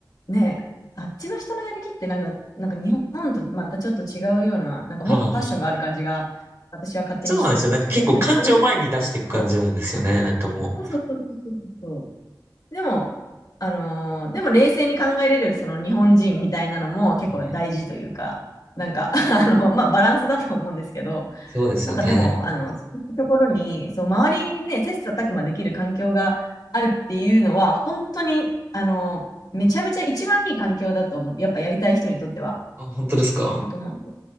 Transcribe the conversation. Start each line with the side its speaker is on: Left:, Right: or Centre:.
Left: ね、あっちの人のやる気ってなんか、なんか日本とまたちょっと違うような、なんかもっとパッションがある感じが、
Right: はい。
Left: 私は勝手にしてるんですけど、
Right: そうなんですよ。なんか結構感情を前に出していく感じなんですよね、
Left: なんかそういう、そ
Right: なんかも
Left: うそうそうそうそうそう。でもあのでも冷静に考えれるその日本人みたいなのも結構大事というかなんかあのまあバランスだと思うんですけど
Right: う。はい、そうですよね。
Left: なんかでもあのところにそう周りね接さたくまできる環境があるっていうのは本当にあのめちゃめちゃ一番いい環境だと思うやっぱやりたい人にとっては
Right: あ、本当ですか
Left: だと思うんで